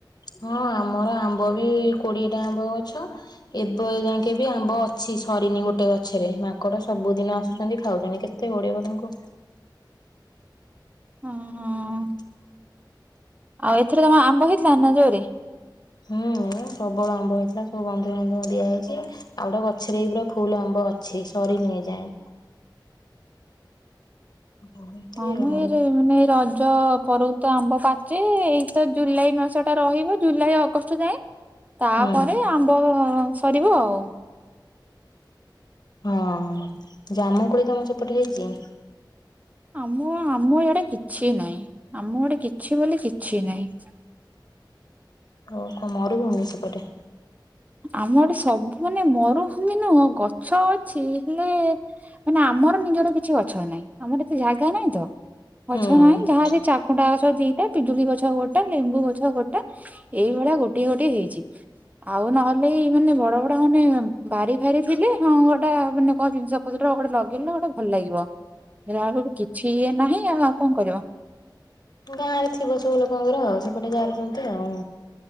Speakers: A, on the left; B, on the right.
A: ହଁ ଆମର ଆମ୍ବ ବି କୋଡିଏ ଟା ଆମ୍ବ ଅଛ। ଏବେ ଯାକେଁବି ଆମ୍ବ ଅଛି ସରିନି ଗୋଟେ ଗଛରେ ମାଙ୍କଡ ସବୁଦିନ ଆସୁଛନ୍ତି ଖାଉଛନ୍ତି କେ କେତେ ଘଉଡ଼େଇବ ତାଙ୍କୁ।
B: ହ ହଁ ହଁ।
A: ଆ
B: ଆଉ ଏଥର କଣ ଆମ୍ବ ହେଇଥିଲା ନା ଯୋରେ?
A: ହୁଁ ପ୍ରବଳ ଆମ୍ବ ହେଇଥିଲା ସବୁ ବନ୍ଧୁବାନ୍ଧୁ ଦିଆ ହେଇଚି। ଆଉ ଗୋଟେ ଗଛରେ ବି ପୁରା ଫୁଲ ଆମ୍ବ ଅଛି ସରିନିଏ ଯାଏଁ। ଏମିତି
B: ହଁମ
A: ଆଉ
B: ଏଇରେ ମାନେ ଏଇ ରଜ ପ୍ରଭ ତ ଆମ୍ବ ପାଚେ ଏଇ ତ ଜୁଲାଇ ମାସ ଟା ରହିବ ଜୁଲାଇ ଅଗଷ୍ଟ ଯାଏଁ ତାପରେ
A: ହୁଁ
B: ଆମ୍ବ ସରିବ ଆଉ।
A: ହଁ ଜାମୁ କୋଳି ତମ ସେପଟେ ହେଇଛି?
B: ଆମ ଆମ ଏଡେ କିଛି ନାହିଁ ଆମ ଆଡେ କିଛି ବୋଲି କିଛି ନାହିଁ।
A: ଓ ମୋରୁ ଭୂମି ସେପଟେ?
B: ଆମ ଏଠେ ସବୁ ମାନେ ମରୁଭମି ନୁହଁ, ଗଛ ଅଛି ହେଲେ ମାନେ ଆମର ନିଜର କିଛି ଗଛ ନାହିଁ, ଆମର ଏତେ ଜାଗା ନାଇଁ ତ।
A: ହୁଁ
B: ଅଛ ନାହିଁ ଯାହା ସେ ଚାକୁଣ୍ଡା ଅଛ ଟା ପିଜୁଳି ଗଛ ଗୋଟା ଲେମ୍ବୁ ଗଛ ଗୋଟା ଏଇଭଳିଆ ଗୋଟିଏ ଗୋଟଏ ହେଇଛି, ଆଉ ନହେଲେ କ ମାନେ ବଡ ବଡ ମାନେ ବାରି ଫାରି ଥିଲେ ହଁ ଗୋଟା ମାନେ କଣ ଜିନିଷ ତଟା ଗୋଟେ ଲଗେଇଲା ଗୋଟେ ଭଲ ଲାଗିବ, ହେଲା ବକୁ କିଛିଏ ନାହିଁ ଆ ଆଉ କଣ କରିବ।
A: ଗାଁ ରେ ଥିବ ସବୁ ଲୋକଙ୍କର ସେପଟେ ଗାରେ ଯେମିତି ଆଉ।